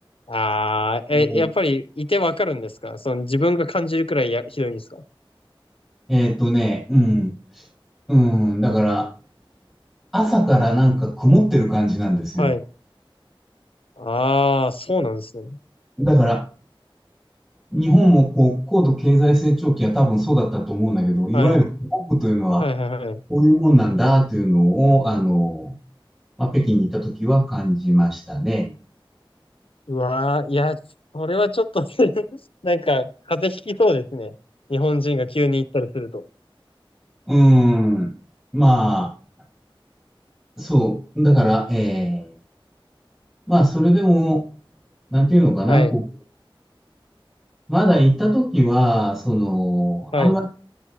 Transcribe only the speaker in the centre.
お
えっとね、うん、うん、だから、朝からなんか曇ってる感じなんですよ。
だから、日本もこう、高度経済成長期は多分そうだったと思うんだけど、いわゆる国というのは、
こういうもんなんだというのを、あの、まあ、北京に行った時は感じましたね。
うーん。まあ、そう。だから、えー、まあ、それでも、なんていうのかな、
こう、まだ行った時は、その、
あんまり、